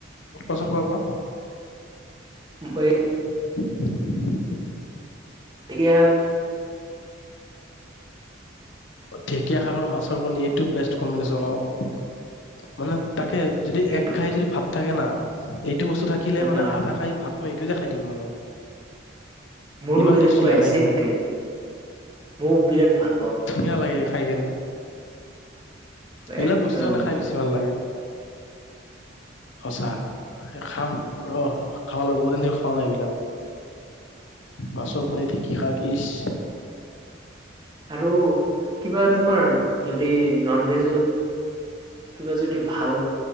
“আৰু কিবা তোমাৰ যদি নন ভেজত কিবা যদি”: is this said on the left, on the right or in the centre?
Right